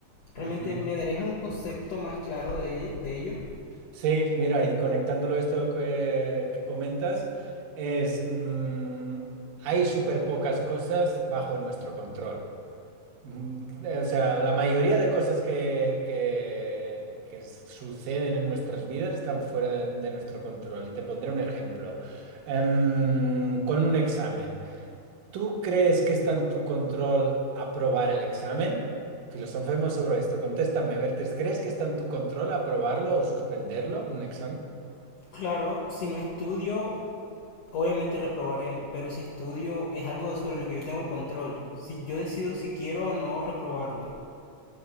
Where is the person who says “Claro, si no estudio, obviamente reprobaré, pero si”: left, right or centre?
Left